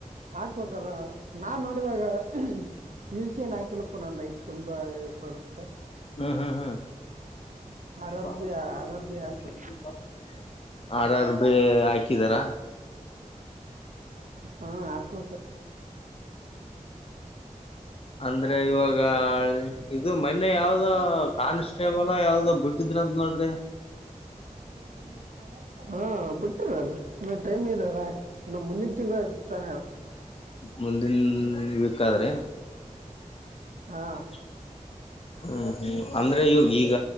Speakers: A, on the right; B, on the left.
A: ಹಕ್ಬೋದಲ್ಲ ನಾ ನೋಡೀವಾಗ. ಪಿ ಏಸ್ ಐ ಏನೂ ಹಾಕಿಲಪ್ಪ ನಂದ ಐಟ್ ತುಂಬಾ ಬರುತ್ತ.
B: ಹ್ಮ್ ಹ್ಮ್ ಹ್ಮ್.
A: R
B: <unintelligible>
A: R B R R B ಹಾಕ್ಬೇಕು
B: ಆರ್ ಆರ್ ಬಿ ಹಾಕಿದರ.
A: ಹೂ ಹಾಕ್ಬೇಕು.
B: ಅಂದ್ರೆ ಇವಾಗ ಇದು ಮನ್ನೆ ಯಾವ್ದೋ ಕಾನ್ಸ್ಟೇಬಲ್ ಯಬುಡ್ ಟ್ಟಿದ್ರ ಅಂತ ನೋಡ್ರಿ
A: ಹ್ಮ <inaudible> ಹಾ ಬಿಟ್ರಲ್ಲ ಇನ್ನ ಟೈಮ್ ಇದದ್ ಇನ್ನ ಮುಂದಿನ ತಿಂಗಳ ಐತೆ ತಾನೆ ಅದ
B: ಮುಂದಿನ ವೀಕ್ ಆದ್ರಿ
A: ಹಾ
B: <inaudible> ಹ್ಮ್ ಹ್ಮ್ ಅಂದ್ರ ಇವ ಈಗ